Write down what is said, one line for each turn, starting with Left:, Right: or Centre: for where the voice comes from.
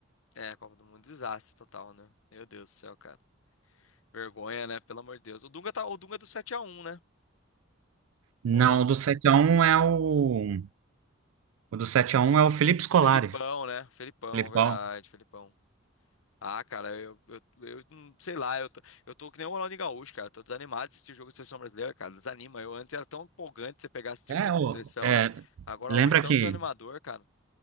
Left: É, a Copa do Mundo, desastre total, né? Meu Deus do céu, cara. Vergonha, né? Pelo amor de Deus. O Dunga tá, o Dunga é do sete a um né?
Right: Não,
Left: Ou não?
Right: o do sete a um é o. O do sete a um é o Felipe Scolari.
Left: Felipão, né? Felipão,
Right: Felipão.
Left: verdade, Felipão. Ah, cara, eu, eu, eu não- sei lá, eu tô, eu tô que nem o Ronaldinho Gaúcho, cara. Tô desanimado de assistir o jogo da seleção brasileira, cara. Desanima. Eu antes era tão empolgante você pegar e assistir
Right: É,
Left: o jogo
Right: o,
Left: da seleção,
Right: é,
Left: né? Agora
Right: lembra
Left: hoje tão
Right: que
Left: desanimador, cara.